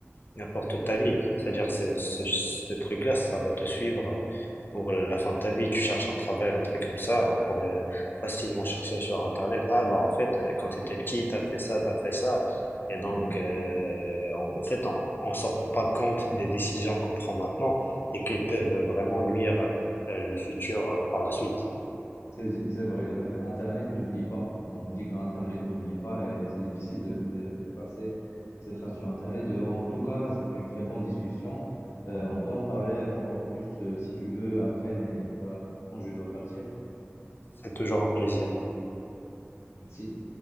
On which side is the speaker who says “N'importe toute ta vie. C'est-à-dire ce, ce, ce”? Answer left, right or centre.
Left